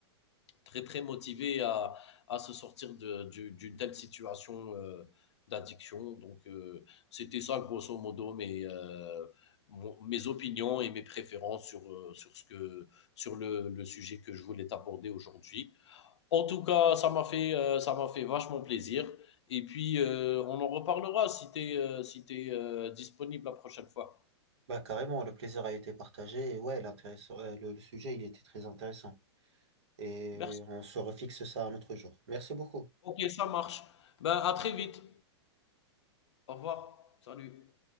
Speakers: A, on the left (about 75°); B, on the right (about 75°).
A: très très motivé à, à se sortir de- du- d'une telle situation euh, d'addiction. Donc euh, c'était ça grosso modo mes, euh, mon- mes opinions et mes préférences sur, euh, sur, ce que, sur le, le sujet que je voulais aborder aujourd'hui. En tout cas, ça m'a fait, euh, ça m'a fait vachement plaisir. Et puis, euh, on en reparlera si tu es, si t'es, euh, disponible la prochaine fois.
B: Bah carrément, le plaisir a été partagé et ouais, l'intéressant, euh, le le sujet, il était très intéressant. et
A: Merci.
B: on se refixe ça un autre jour. Merci beaucoup.
A: Ok, ça marche. Ben, à très vite. Au revoir. Salut.